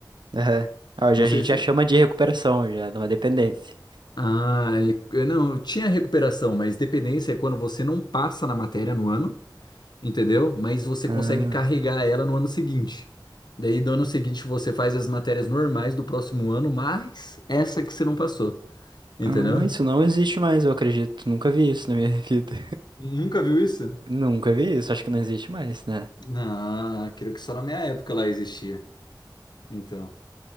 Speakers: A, on the right (about 75°); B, on the left (about 65°).
A: Aham. Ah, hoje
B: Não
A: a
B: sei
A: gente
B: se
A: já chama de recuperação, já, de uma dependência.
B: Ah, e- não, tinha recuperação, mas dependência é quando você não passa na matéria no ano. entendeu? Mas você
A: Ah,
B: consegue carregar ela no ano seguinte. Daí, do ano seguinte, você faz as matérias normais do próximo ano, mas essa que você não passou, entendeu?
A: ah, isso não existe mais, eu acredito. Nunca vi isso na minha <laughs> vida.
B: Nunca viu isso?
A: Nunca vi isso, acho que não existe mais, né?
B: não, creio que só na minha época lá existia. Então,